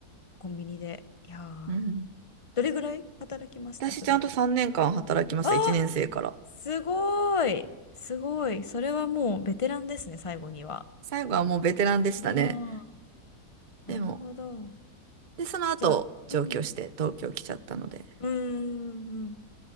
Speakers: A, on the left; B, on the right.
A: コンビニで。いやー、
B: うん。
A: どれぐらい働きましたそれ。
B: 私ちゃんと3年間働きました、
A: あー、
B: 1年生から。
A: すごい。すごい。それはもうベテランですね、最後には。
B: 最後はもうベテランでしたね。
A: ああ、
B: でも、
A: なるほど。
B: で、その後、
A: じゃあ、
B: 上京して東京来ちゃったので、
A: うん。うーんうん